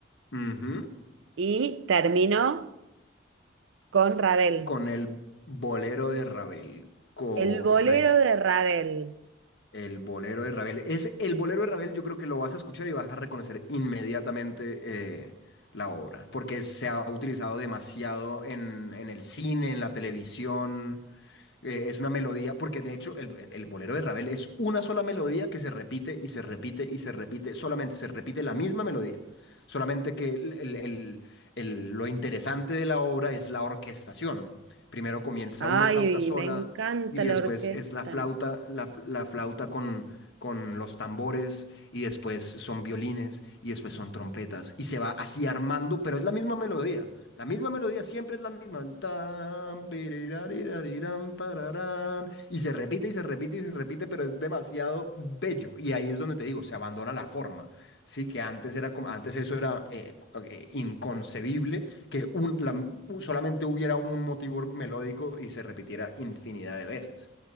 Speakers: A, on the left; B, on the right.
A: ujú.
B: y termino con Ravel.
A: Con el bolero de Ravel, correcto.
B: El bolero de Ravel.
A: El bolero de Ravel. Es el bolero de Ravel, yo creo que lo vas a escuchar y vas a reconocer inmediatamente eh, la obra, porque se ha utilizado demasiado en, en el cine, en la televisión. eh, es una melodía, porque de hecho el, el bolero de Ravel es una sola melodía que se repite y se repite y se repite, solamente se repite la misma melodía. Solamente que el- el- el- el- lo interesante de la obra es la orquestación. Primero comienza
B: Ay,
A: una flauta sola
B: me encanta
A: y
B: la
A: después
B: orquesta.
A: es la flauta, la, la flauta con, con los tambores y después son violines y después son trompetas y se va así armando, pero es la misma melodía. La misma melodía siempre es la misma. Tan, pirirarirarirán, pararán. Y se repite y se repite y se repite, pero es demasiado bello. Y ahí es donde te digo, se abandona la forma. Sí, que antes era como, antes eso era eh, eh, inconcebible que un, la- solamente hubiera un motivo melódico y se repitiera infinidad de veces.